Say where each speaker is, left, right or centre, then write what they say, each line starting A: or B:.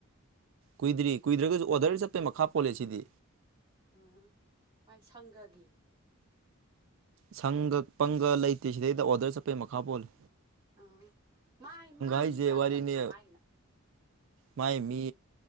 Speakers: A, on the right; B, on the right.
A: ꯀꯨꯏꯗ꯭ ꯀꯨꯏꯗ꯭ꯔꯒꯁꯨ ꯑꯣꯔꯗꯔ ꯆꯠꯄꯩ ꯃꯈꯥ ꯄꯣꯜꯂꯦ ꯁꯤꯗꯤ
B: ꯎ ꯃꯥꯏ ꯁꯪꯒꯒꯤ
A: ꯁꯪꯒ ꯄꯪꯒ ꯂꯩꯇꯦ ꯁꯤꯗꯩꯗ ꯑꯣꯗꯔ ꯆꯠꯄꯒꯤ ꯃꯈꯥ ꯄꯣꯜꯂꯤ
B: ꯑꯥ ꯃꯥꯏ ꯃꯥꯏ
A: ꯍꯥꯏꯁꯦ
B: ꯃꯤ ꯀꯌꯥꯝ
A: ꯋꯥꯔꯤꯅꯤ
B: ꯊꯝꯃꯤꯅꯣ ꯃꯥꯒꯤꯅ
A: ꯃꯥꯏ ꯃꯤ